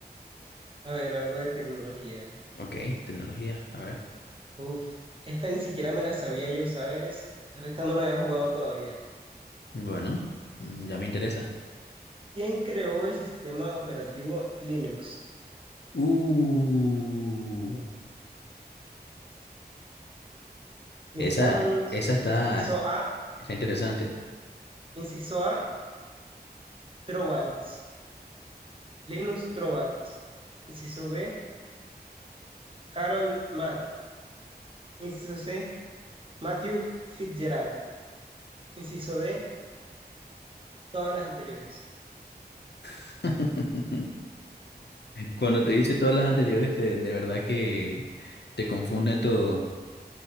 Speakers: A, on the right; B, on the left.
A: A ver, algo de tecnología.
B: Ok, tecnología, a ver.
A: Uf, esta ni siquiera me la sabía yo, ¿sabes? Esta no la había jugado todavía.
B: Bueno, mm, ya me interesa.
A: ¿Quién creó el sistema operativo Linux?
B: Uh.
A: Tin,
B: Esa,
A: tan.
B: esa está,
A: Inciso A,
B: está interesante.
A: inciso A, Trovalds. Linus Torvalds. Inciso B, Carol Matt. Inciso C, Matthew Fitzgerald. Inciso D, todas las anteriores.
B: <laughs> Cuando te hice todas las anteriores, te- de verdad que te confunde todo.